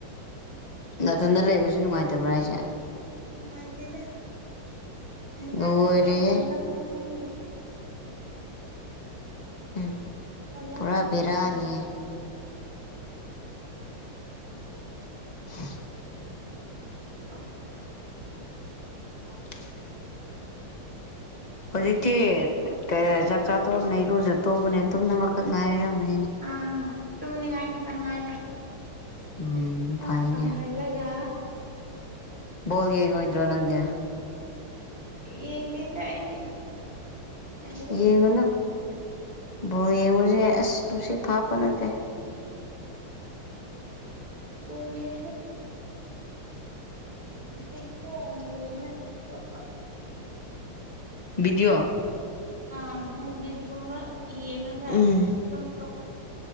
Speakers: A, on the left (about 40°); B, on the right (about 30°).
A: ꯅꯥꯇꯟꯗ ꯂꯩꯕꯁꯨ ꯅꯨꯡꯉꯥꯏꯇꯕ꯭ꯔꯥ ꯑꯩꯁꯦ
B: ꯅꯨꯡꯉꯥꯏꯇꯖꯦ ꯍꯦꯟꯇ
A: ꯂꯣꯏꯔꯦꯍꯦ
B: ꯇ ꯐꯗ ꯐ ꯈꯪꯗꯦ
A: ꯎꯝ
B: ꯇꯧꯐꯝ
A: ꯄꯨꯔꯥ
B: ꯂꯥꯛꯐꯝ
A: ꯕꯔꯥꯅꯤꯌꯦ
B: ꯈꯪꯗꯦ
A: <inaudible>
B: ꯑ
A: <inaudible> ꯍꯧꯖꯤꯛꯇꯤ ꯆꯥꯛꯆꯥꯥ ꯇꯣꯛꯕꯅꯦ ꯏꯔꯨꯖ ꯇꯕꯅꯦ ꯇꯨꯝꯅ ꯑꯃꯛ ꯉꯥꯏ ꯍꯥꯏꯔꯝꯃꯦ
B: ꯑꯥ ꯇꯨꯝꯅꯤꯡꯉꯥꯏ ꯈꯤꯇꯪ ꯉꯥꯏꯔꯦ
A: ꯎꯝ
B: ꯀꯪ
A: ꯐꯩꯅꯦ
B: ꯀꯪ ꯍꯜꯂꯒ
A: ꯕꯣꯜ ꯌꯦꯡꯉꯣꯏꯗ꯭ꯔꯣ ꯅꯪꯗꯤ
B: ꯌꯦꯡꯗꯦꯗ ꯑꯩꯗꯤ ꯇꯜꯂꯦꯗ
A: ꯌꯦꯡꯉꯨꯅꯨ ꯕꯣ ꯌꯦꯡꯉꯨꯁꯦ ꯑꯁ ꯅꯨꯡꯁꯤꯠ ꯐꯥꯞꯄ ꯅꯠꯇꯦ
B: ꯑ ꯌꯦ <unintelligible> ꯕꯤꯖ ꯅꯃ ꯇꯨꯝꯕ
A: ꯕꯤꯗꯤꯑꯣ
B: ꯑ ꯃꯨꯚꯤꯁꯁꯀꯨꯝꯕ ꯌꯦꯡꯉꯒ
A: ꯎꯝ
B: ꯁꯨꯝꯣꯛ